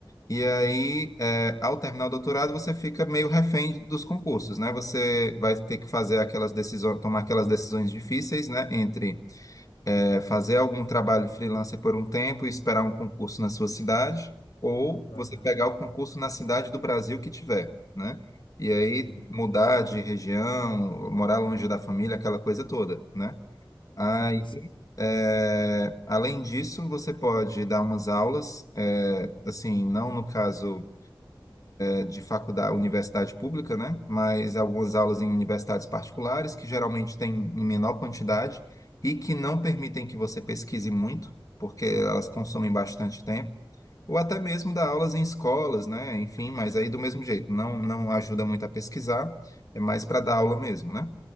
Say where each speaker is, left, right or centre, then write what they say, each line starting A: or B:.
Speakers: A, on the left; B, on the left.
A: E aí, é, ao terminar o doutorado, você fica meio refém dos concursos, né? Você vai ter que fazer aquelas decisões, tomar aquelas decisões difíceis, né? Entre é, fazer algum trabalho freelancer por um tempo e esperar um concurso na sua cidade, ou
B: aham,
A: você pegar o concurso na cidade do Brasil que tiver, né? E aí
B: sim,
A: mudar de região, morar longe da família, aquela coisa toda, né? Aí,
B: sim, sim,
A: é, além disso, você pode dar umas aulas, é, assim, não no caso eh, de faculdade, universidade pública, né? Mas algumas aulas em universidades particulares, que geralmente têm em menor quantidade e que não permitem que você pesquise muito, porque elas consomem bastante tempo. Ou até mesmo dar aulas em escolas, né? Enfim, mas aí do mesmo jeito, não, não ajuda muito a pesquisar, é mais para dar aula mesmo, né?